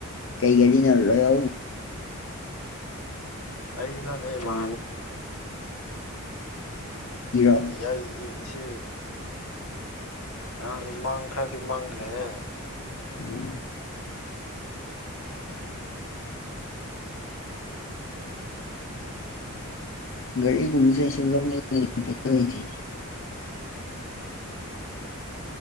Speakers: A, on the left (about 60°); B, on the left (about 90°).
A: ꯀꯩ ꯀꯔꯤ ꯅꯔꯔꯣꯏ ꯌꯥ
B: ꯑꯩ ꯅ ꯂꯩ ꯃꯥ
A: ꯖꯤꯔꯣ
B: ꯌꯥꯏ ꯁꯤ ꯑꯥꯡꯗꯤ ꯃꯥꯡ ꯈꯔꯗꯤ ꯃꯥꯡꯈ꯭ꯔꯦꯍꯦ
A: ꯎꯝ ꯔꯤ ꯁꯤꯒꯨꯝꯕꯁꯦ ꯑꯩ ꯁꯨꯝ ꯂꯧꯅꯤꯡꯉꯤ ꯄꯩꯁꯥ ꯂꯩꯇꯦꯅꯦ